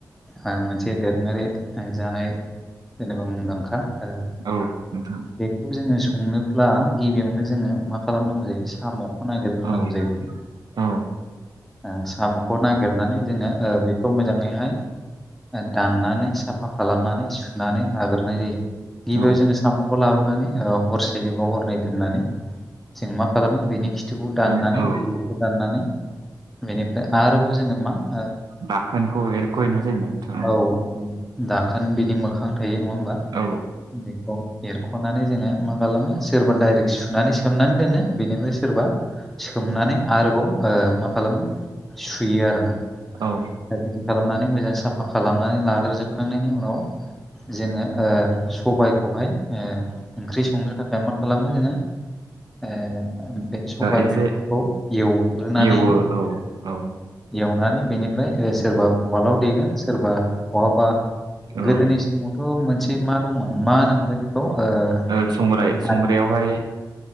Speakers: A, in the centre; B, on the right.
A: ओ मोनसे दोरोङारि ओ जानाय जेनेबा मुंदांखा ओ
B: औ नोंथां
A: बेखौ जोङो संनोब्ला गिबियावनो जोङो मा खालामनांगौ जायो साम साम'खौ‌ नागिरग्रोनांगौ
B: औ
A: जायोमोन
B: औ
A: ओ सामखौ नागिरनानै जोङो ओ बेखौ मोजाङैहाय दाननानै साफा खालामनानै सुनानै लाग्रोनाय जायो गिबियाव
B: औ
A: जोङो सामखौ लाबोनानै ओ हरसे एबा हरनै दोननानै जों मा खालामो बेनि खि थुखौ दाननानै
B: बि औ
A: बिजौखौ दाननानै बेनिफ्राय आरोबाव जोङो मा ओ
B: बाखोनखौ एरख'हैनाय जायोना नोंथां
A: औ दाखोन बिनि मोखां थायो नङा होमबा
B: औ
A: बेखौ एरखनानै जोङो मा खालामो सोरबा दाइरेक्ट सुनानै सोमनानै दोनो बेनिफ्राय सोरबा सोमनानै आरोबाव ओ मा खालामो सुयो आरोना
B: औ
A: दा बिदि खालामनानै मोजां साफा खालामनानै लाग्रो जोबखांनायनि उनाव जोङो ओ सबाइखौहाय ओ ओंख्रि संनो थाखाय मा खालामो जोङो ओ बे सबाइ
B: एसे
A: बेगरखौ एवग्रोनानै
B: एवो औ औ
A: एवनानै बेनिफ्राय ओ सोरबा उवालाव देगोन सोरबा बहाबा
B: औ ओ
A: गोदोनि <unintelligible> मोनसे मा दंमोन मा होनोमोनलाय बेखौ ओ
B: ओ संग्राय
A: बे
B: संग्रायावहाय